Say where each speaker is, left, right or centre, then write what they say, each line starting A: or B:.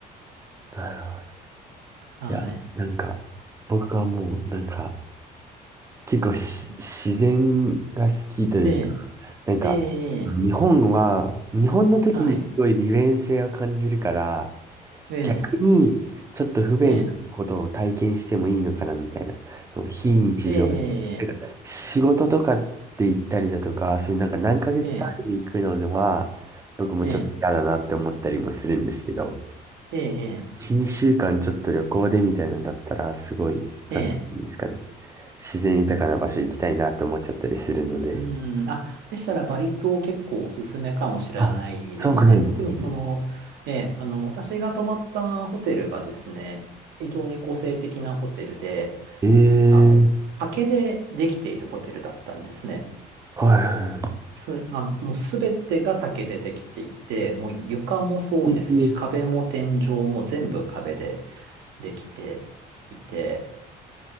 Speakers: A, on the right (about 20°); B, on the right (about 80°).
A: なるほど。
B: はい。
A: いや、なんか、僕はもう、なんか、結構し、自然が好きというか、
B: え
A: なんか、
B: えええ、
A: 日本は、日本の時にすごい利便性を感じるから、
B: はい。ええ、
A: 逆に、ちょっと不便なことを体験してもいいのかな、
B: ええ、
A: みたいな、非日常
B: ええ、
A: 仕事とかって行ったりだとか、そういうなんか何ヶ月単位で行くのは、
B: ええ、
A: 僕もちょっと嫌だなって思ったりもするんですけど、
B: ええ、ええ、
A: 1、2週間ちょっと旅行でみたいなんだったら、すごい、
B: ええ、
A: なんていうんですかね、自然豊かな場所行きたいなって思っちゃったりするので。
B: うん。あ、でしたらバリ島結構おすすめかもしれないですね。
A: あ、そうなんですね。
B: 特にその、ええ、あの、私が泊まったホテルがですね、非常に個性的なホテルで、
A: ええ
B: あの、竹でできているホテルだったんですね。
A: はい
B: それ、あの、もうすべてが竹でできていて、もう床もそうですし、
A: え
B: 壁も天井も全部壁で。できていて、